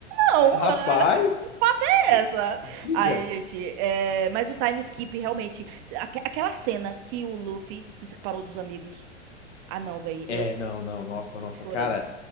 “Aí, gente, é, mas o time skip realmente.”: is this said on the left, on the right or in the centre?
Right